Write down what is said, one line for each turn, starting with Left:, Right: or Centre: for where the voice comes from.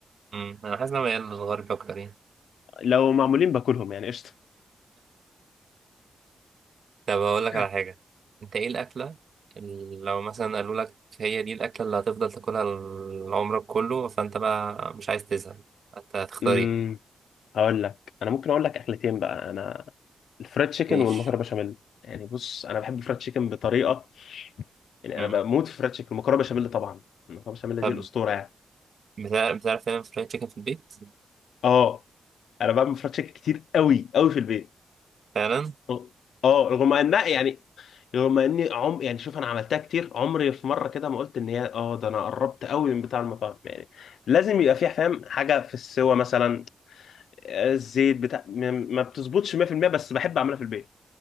Right: مم. انا حاسس ان انا ميال للغرب اكتر يعني
Left: لو معمولين باكلهم يعني قشطة
Right: طب اقول لك
Left: <laughs>
Right: على حاجه انت ايه الاكله اللي لو مثلا قالوا لك هي دي الاكله اللي هتفضل تاكلها ال- عمرك كله فانت بقى مش عايز تزهق انت هتختار
Left: اه
Right: ايه
Left: هقول لك انا ممكن اقول لك اكلتين بقى انا الفرايد تشيكن
Right: ماشي
Left: والمكرونه بشاميل يعني بص انا بحب الفرايد تشيكن بطريقه يعني
Right: مم.
Left: انا بموت في الفرايد تشيكن المكرونه بشاميل طبعا المكرونه بشاميل
Right: طب
Left: دي الاسطوره يعني
Right: بتع- بتعرف تعمل فرايد تشيكن في البيت
Left: اه انا بعمل فرايد تشيكن كتير قوي قوي في البيت
Right: فعلا
Left: اه آه، رغم انها يعني رغم اني عم يعني شوف انا عملتها كتير عمري في مره كده ما قلت ان هي اه ده انا قربت قوي من بتاع المطاعم يعني لازم يبقى فيها فاهم حاجه في السوا مثلا آه، الزيت بتاع ما ما بتظبطش 100% بس بحب اعملها في البيت